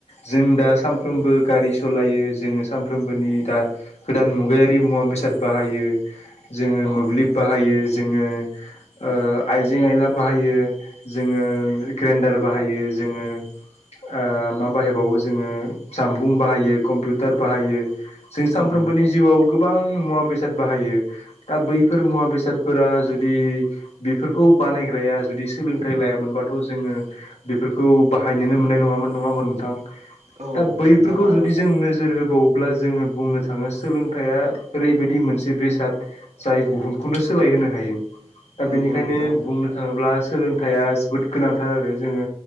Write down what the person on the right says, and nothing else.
औ
नोंथां
औ नोंथां
औ
नोंथां आरो
नंगौ
नोंथां